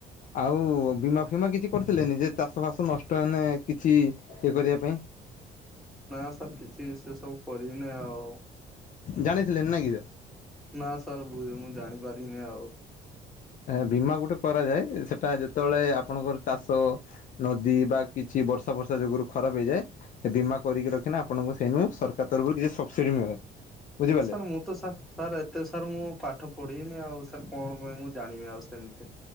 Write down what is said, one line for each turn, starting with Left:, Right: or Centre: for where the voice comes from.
Left: ଆଉ, ବୀମା ଫିମା କିଛି କରିଥିଲେନି, ଯେ ଚାଷ ଫାସ ନଷ୍ଟ ହେନ କିଛି ଇଏ କରିବା ପାଇଁ।
Centre: ନା ସାର୍ କିଛି, ସେ ସବୁ କରିନି ଆଉ।
Left: ଜାଣିଥିଲେ ନାଇକିତ।
Centre: ନା, ସାର୍ ଭୁଲ୍ ରେ ମୁଁ ଜାଣିପାରିନି ଆଉ।
Left: ବୀମା ଗୁଟେ କରାଯାଏ। ସେଟା ଯେତେବେଳେ ଆପଣଙ୍କର ଚାଷ ନଦୀ ବା କିଛି ବର୍ଷା ବର୍ଷା ଯୋଗୁରୁ ଖରାପ ହେଇଯାଏ! ସେ ବୀମା କରିକି ରଖିନେ, ଆପଣଙ୍କୁ ସେଇନୁ ସରକାର ତରଫରୁ କିଛି ସବସିଡ଼ି ମିଳେ। ବୁଝିପାରିଲେ।
Centre: ସାର୍ ମୁଁ ସାର୍, ଏତେ ସାର୍ ମୁଁ ପାଠ ପଢିନି ଆଉ, ସାର୍ କଣ ପାଇଁ ମୁଁ ଜାଣିବି ଆଉ ସେମିତି?